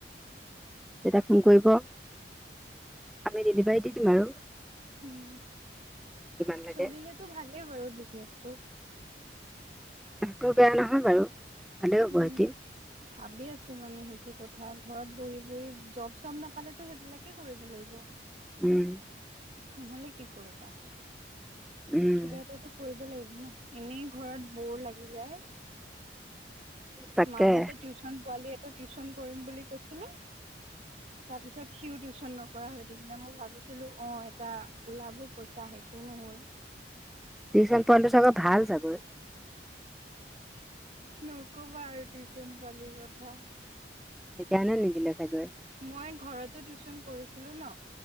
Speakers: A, in the centre; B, on the right (about 40°).
A: তেতিয়া ফোন কৰিব আমি ডেলিভাৰী দি দিম আৰু
B: উম
A: কিমান লাগে
B: চলিলেটো ভালেই বাৰু বিজনেচটো
A: হেইটো বেয়া নহয় বাৰু। ভালেই হ'ব
B: উম
A: সিহঁতি
B: ভাবি আছো মানে সেইটো কথা ঘৰত বহি বহি জব চব নাপ পালেতো সেইবিলাকে কৰিব লাগিব
A: উম
B: নহলে কি কৰিবা।
A: উম
B: কিবা এটাটো কৰিব লাগিব ন, এনেই ঘৰত বৰ লাগি যায়।
A: তাকে
B: মাজতে টিউচন পোৱালি এটা টিউচন কৰিম বুলি কৈছিলে। তাৰ পিছত সিও টিউচন নকৰা হৈ থাকিলে মই ভাবিছো। ছিলো অঁ এটা ওলাব পইচা সেইটো নহ'ল।
A: টিউচন পোৱালিটো চাগৈ ভাল চাগৈ।
B: নকবা আৰু টিউচন পোৱালি কথা।
A: সেইকাৰণে নিদিলে চাগৈ
B: মই ঘৰতো টিউচন কৰিছিলো ন